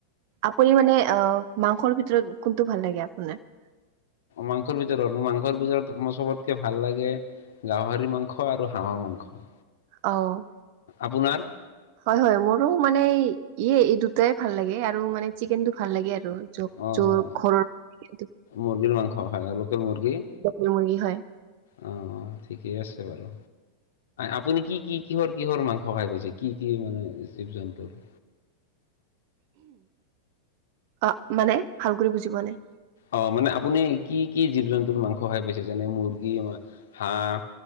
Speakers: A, on the right; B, on the left.
A: আপুনি মানে অ, মাংসৰ ভিতৰত কোনটো ভাল লাগে আপোনাৰ?
B: মাংসৰ ভিতৰত? মোৰ মাংসৰ ভিতৰত মোৰ চবতকে ভাল লাগে গাহৰি মাংস আৰু হাঁহৰ মাংস।
A: অ'।
B: আপোনাৰ?
A: হয়, হয় মোৰো মানে ইয়ে এই দুটাই ভাল লাগে আৰু মানে চিকেনটো ভাল লাগে আৰু য
B: অঁ
A: যোল ঘৰত
B: মুৰ্গীৰ মাংস হয় লোকেল মুৰ্গী।
A: লোকেল মুৰ্গী হয়।
B: অ', ঠিকেই আছে বাৰু। আপুনি কি-কি কিহৰ-কিহৰ মাংস খাই পাইছে, কি-কি মানে জীৱ জন্তুৰ?
A: অ, মানে, ভাল কৰি বুজি পোৱা নাই?
B: অ', মানে আপুনি কি-কি জীৱ জন্তুৰ মাংস খাই পাইছে? যেনে মুৰ্গী, হাঁহ